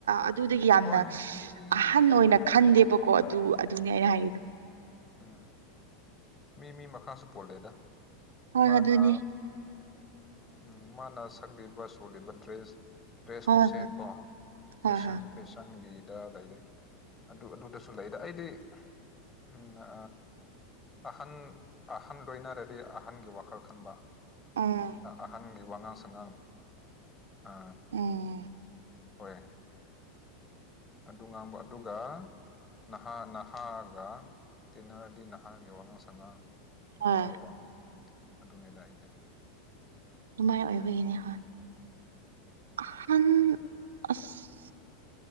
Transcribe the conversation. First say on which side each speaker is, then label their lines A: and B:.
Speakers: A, on the right; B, on the left.
A: ꯑꯗꯨꯗꯒꯤ ꯌꯥꯝꯅ
B: ꯍꯣꯏ ꯃꯤ
A: ꯑꯍꯟ ꯑꯣꯏꯅ
B: ꯍꯣꯏ
A: ꯈꯟꯗꯦꯕ ꯀꯣ ꯑꯗꯨ ꯑꯗꯨꯅꯦ ꯑꯩꯅ ꯍꯥꯏꯔꯤꯗꯣ
B: ꯎꯝ ꯃꯤ- ꯃꯤ ꯃꯈꯥꯁꯨ ꯄꯣꯜꯂꯦꯗ
A: ꯍꯣꯏ
B: ꯃꯥꯅ
A: ꯑꯗꯨꯅꯦ
B: ꯎꯝ ꯃꯥꯅ ꯁꯛꯂꯤꯕ ꯁꯣꯜꯂꯤꯕ ꯗ꯭ꯔꯦꯁ ꯗ꯭ꯔꯦꯁꯈꯨꯁꯦꯠꯀꯣ
A: ꯍꯣꯏ ꯍꯣꯏ
B: ꯐꯦꯁꯟ
A: ꯍꯣꯏ ꯍꯣꯏ
B: ꯐꯦꯁꯟꯒꯤꯗ ꯂꯩꯔꯦ ꯑꯗꯨ ꯑꯗꯨꯗꯁꯨ ꯂꯩ ꯑꯗ ꯑꯩꯗꯤ ꯎꯝ ꯑ ꯑꯍꯟ - ꯑꯍꯟ ꯂꯣꯏꯅꯔꯗꯤ ꯑꯍꯟꯒꯤ ꯋꯥꯈꯜ ꯈꯟꯕ
A: ꯎꯝ
B: ꯑꯍꯟꯒꯤ ꯋꯥꯉꯥꯡ ꯁꯉꯥꯡ ꯑ
A: ꯎꯝ
B: ꯍꯣꯏ ꯑꯗꯨ ꯉꯥꯡꯕ ꯑꯗꯨꯒ ꯅꯍꯥ ꯅꯍꯥꯒ ꯇꯤꯟꯅꯔꯗꯤ ꯅꯍꯥꯒꯤ ꯋꯥꯉꯥꯡ ꯁꯉꯥꯡ
A: ꯍ <unintelligible>
B: ꯇꯧꯕ ꯑꯗꯨꯅꯦꯗ ꯑꯩꯗꯤ
A: ꯗꯨꯃꯥꯏ ꯑꯣꯏꯕꯒꯤꯅꯤ ꯍꯣꯏ ꯑꯍꯟ ꯑꯁ